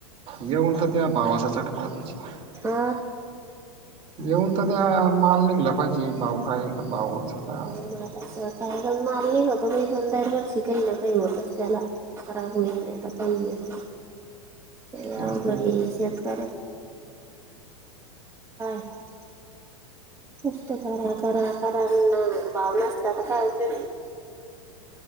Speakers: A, on the right; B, on the right.
A: येऊन का त्या भावाचा <unintelligible>
B: आ
A: येऊन त द्या माल निघला पाहिजे भाव काय ये, भाव च काय ये
B: <unintelligible> <unintelligible> मारली न तुम्ही पण दरवर्षी काही न काही होतच त्याला खराब होईन नाही तर, काय होईन लय
A: तेच
B: अवघड
A: नाही
B: ये शेतक <unintelligible> नुसत करा, करा, करा, बावळा असला तर काय उपयोग ये.